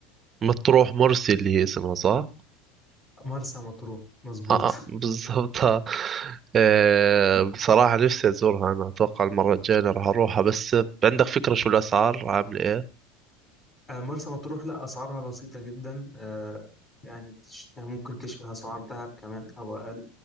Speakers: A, on the right; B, on the left.
A: مطروح مرسي اللي هي اسمها صح
B: مرسى مطروح مظبوط
A: آه
B: <laughs>
A: آه، <laughs> بالضبط آه. آه، بصراحة نفسي أزورها أنا أتوقع المرة الجاية راح أروحها بس عندك فكرة شو الأسعار عاملة إيه؟
B: آه، مرسى مطروح لا أسعارها بسيطة جدا آه، يعني تش- يعني ممكن تشبه أسعار دهب كمان أو أقل